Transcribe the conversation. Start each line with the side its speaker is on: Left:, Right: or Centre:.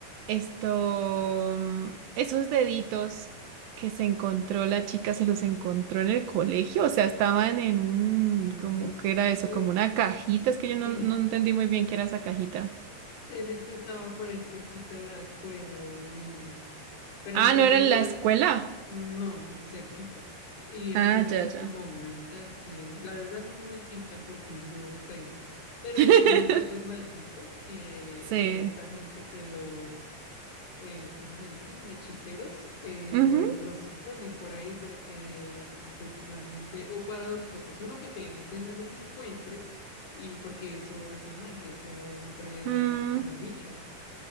Right: esto, mm, esos deditos que se encontró la chica, se los encontró en el colegio, o sea, estaban en un,
Left: Mm,
Right: como que era
Left: este,
Right: eso, como una cajita, es que yo
Left: sí,
Right: no, no entendí muy bien qué era esa cajita.
Left: él este estaba por ahí cerquita a la escuela de ellos, pero
Right: Ah,
Left: entonces
Right: no era en
Left: era,
Right: la escuela.
Left: Mm, No, cerquita. Y entonces
Right: Ah, ya,
Left: es como
Right: ya.
Left: un altar que la verdad no, no explican por qué el dedo está ahí. Pero
Right: <laughs>
Left: son objetos malditos que,
Right: Sí.
Left: que esta gente que los, eh, ¿cómo se dicen? Hechiceros, eh,
Right: Ujú.
Left: los, los esconden por ahí para que el- pues la gente, o para dos cosas. Uno, para que la gente no los encuentre y porque eso hace mal, eso vaina trae
Right: Mm,
Left: como bichos.